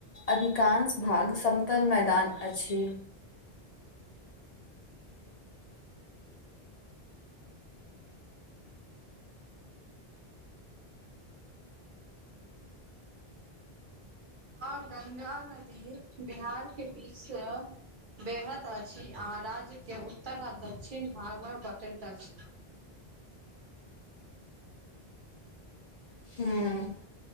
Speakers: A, on the left; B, on the right.
A: अधिकांश भाग समतल मैदान अछि
B: आ गंगा नदी बिहार के बीच सऽ बेहद अछि आ राज्य के उत्तर आ दक्षिण भागमे बँटैत अछि
A: ह्म